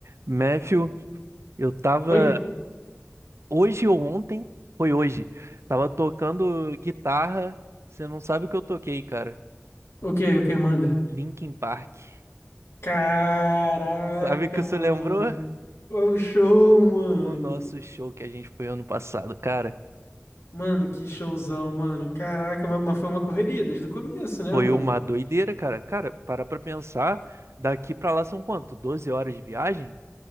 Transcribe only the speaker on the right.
Matthew, eu tava
hoje ou ontem, foi hoje, tava tocando guitarra. Você não sabe o que eu toquei, cara.
Linkin Park. <laughs>
Sabe o que você
lembrou?
O nosso show que a gente foi ano passado, cara.
Foi
uma doideira, cara. Cara, para pra pensar, daqui pra lá são quanto? 12 horas de viagem?